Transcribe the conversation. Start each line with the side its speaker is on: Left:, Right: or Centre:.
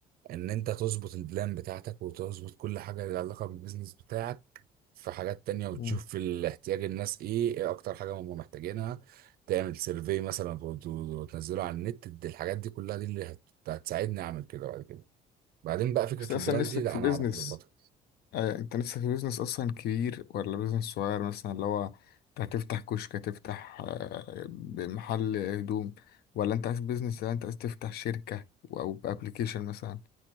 Right: ان انت تظبط البلان بتاعتك وتظبط كل حاجه لها علاقه بالبيزنس بتاعك في حاجات تانية وتشوف
Left: مم.
Right: في الاحتياج الناس ايه ايه اكتر حاجه هم محتاجينها تعمل سيرفي مثلا وت- وتنزله على النت دي- الحاجات دي كلها دي اللي هت- هتساعدني اعمل كده بعد كده بعدين بقى فكره
Left: بس اصلا
Right: البلان
Left: نفسك
Right: دي لا
Left: في
Right: انا
Left: بيزنس
Right: اعرف اظبطها
Left: آه، انت لسه في بيزنس اصلا كبير ولا بيزنس صغير مثلا اللي هو انت هتفتح كشك هتفتح آه، محل هدوم ولا انت عايز بيزنس ولا انت عايز تفتح شركة او ابلكيشن مثلا